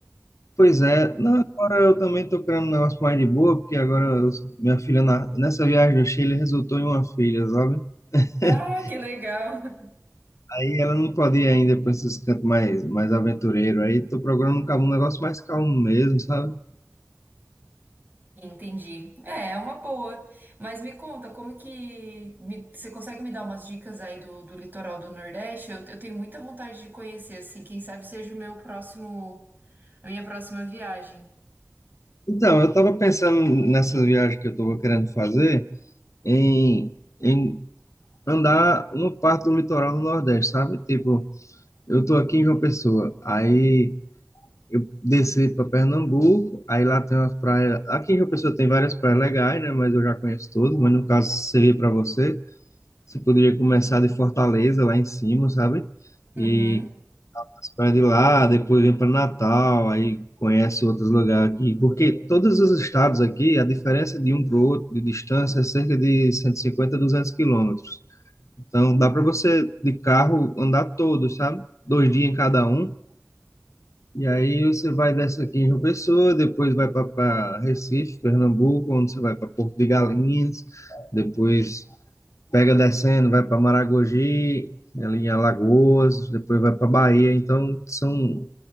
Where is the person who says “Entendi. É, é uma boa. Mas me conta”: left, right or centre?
Right